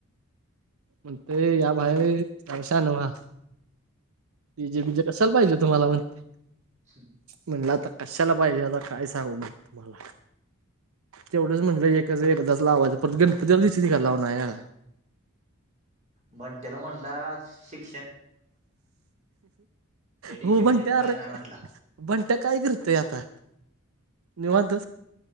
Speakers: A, on the right; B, on the right.
A: मग ते या बाहेर पावश नवा डीजे बीजे कशयला पाहिजे तुम्हाला म्हणते
B: ह
A: म्हणलं आता कशाला पाहिजे आता काय सांगू म तुम्हाला तेवढंच म्हटलं एकचं एकदाच लावायंच परत <unintelligible> लाव नाही.
B: म्हण त्याला म्हणला शिक हे डीजे
A: हो म्हणत्या
B: बीजेत काही
A: अर
B: नाही म्हटला
A: बंट्या काय करतंय आता निवांत